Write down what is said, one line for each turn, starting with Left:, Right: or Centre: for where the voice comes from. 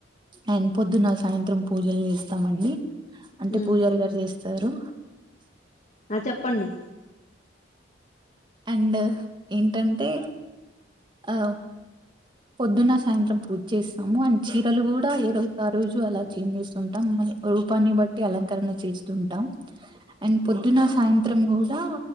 Right: అండ్ పొద్దున సాయంత్రం పూజలు చేస్తామండి అంటే
Left: ఉమ్
Right: పూజారి గారు చేస్ స్తరు
Left: ఆ చెప్పండి
Right: అండ్ ఏంటం అంటే ఆ పొద్దున్న సాయంత్రం పూజ చేస్తాము అండ్ చీరలు కూడా ఏ రోజు ఆ రోజు అలా చంగేచేస్తుంటం రూపాన్ని బట్టి అలంకరణ చేస్తుంటాం అండ్ పొద్దున సాయంత్రం కూడా